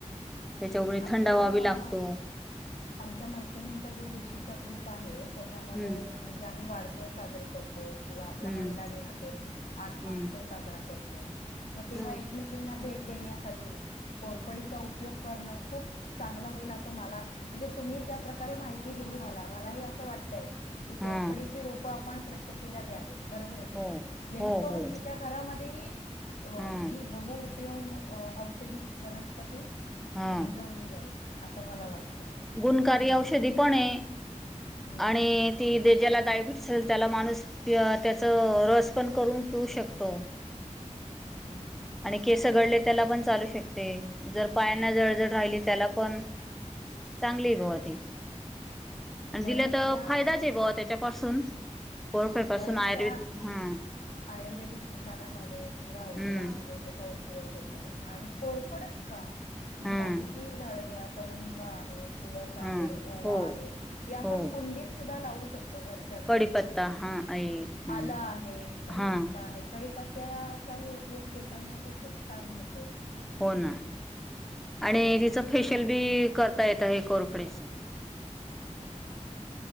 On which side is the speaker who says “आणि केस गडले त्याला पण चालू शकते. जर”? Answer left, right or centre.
Centre